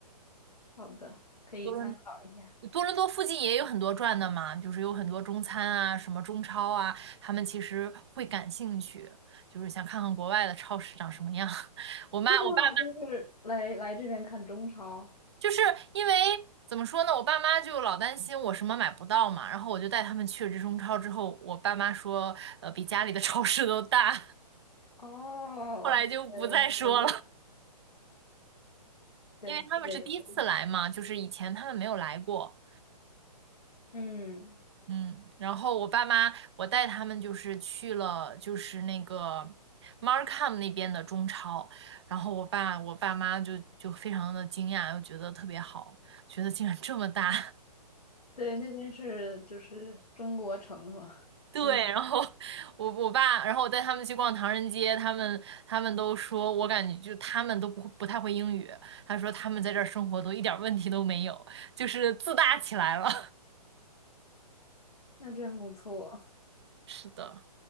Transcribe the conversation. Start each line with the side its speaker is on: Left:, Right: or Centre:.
Left: 好的，可以参考一下。
Right: 多伦多伦多附近也有很多转的嘛，就是有很多中餐啊，什么中超啊，他们其实会感兴趣，就是想看看国外的超市长什么样。<laughs> 我妈我爸妈
Left: 会吗？就是来来这边看中超。
Right: 就是因为怎么说呢，我爸妈就老担心我什么买不到嘛，然后我就带他们去了这中超之后，我爸妈说，呃，比家里的超市都大，
Left: 哦，
Right: <laughs> 后来就不再说了。
Left: 对，可以，对，
Right: 因为他们是第一次来嘛，
Left: 这个也可以。
Right: 就是以前他们没有来过，
Left: 嗯，
Right: 嗯，然后我爸妈，我带他们就是去了，就是那个 Markham 那边的中超，然后我爸我爸妈就就非常的惊讶，又觉得特别好，觉得竟然这么大，
Left: 对，那边是就是中国城是吧？
Right: <laughs> 对，
Left: 几，
Right: 然后我我爸，然后我带他们去逛唐人街，他们他们都说，我感觉就他们都不不太会英语，他说他们在这儿生活都一点儿问题都没有，就是自大起来了，
Left: 那真不错，
Right: <laughs> 是的。